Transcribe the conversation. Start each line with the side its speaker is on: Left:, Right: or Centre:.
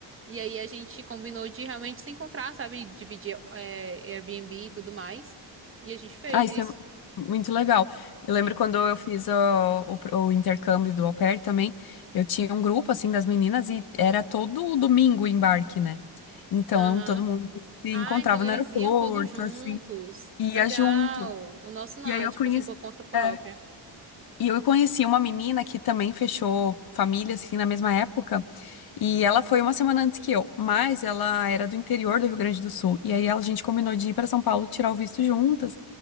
Right: E aí a gente combinou de realmente se encontrar, sabe? Dividir é, Airbnb e tudo mais. E a gente fez
Left: Ah, isso
Right: isso.
Left: é muito legal. Eu
Right: Sim.
Left: lembro quando eu fiz ó, o, pr- o intercâmbio do Au Pair também, eu tinha um grupo, assim, das meninas e era todo domingo o embarque, né? Então,
Right: Aham.
Left: todo mundo se
Right: Ah,
Left: encontrava
Right: então eles
Left: no aeroporto,
Right: iam todos juntos.
Left: assim, e
Right: Legal.
Left: ia junto.
Right: O nosso não,
Left: E aí
Right: é
Left: eu
Right: tipo
Left: conheci.
Right: assim, por conta própria.
Left: é, E eu conheci uma menina que também fechou família, assim, na mesma época. E ela foi uma semana antes que eu, mas ela era do interior do Rio Grande do Sul. E aí ela- a gente combinou de ir para São Paulo tirar o visto juntas.